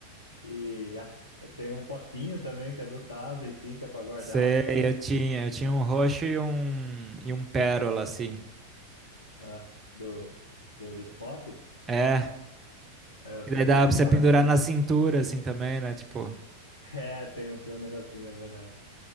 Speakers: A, on the left; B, on the right.
A: E a- eu tenho um potinho também, que é do Tazo em si, que é pra guardar
B: Sei,
A: os Tazos.
B: eu tinha. Eu tinha um roxo e um, e um pérola, assim.
A: Ah, do, do, do spot?
B: É,
A: É, Eu
B: e
A: tenho
B: daí dava
A: um
B: pra você
A: laranja.
B: pendurar na cintura, assim, também, né? Tipo,
A: <laughs> É, tem um, tem um negocinho, é verdade.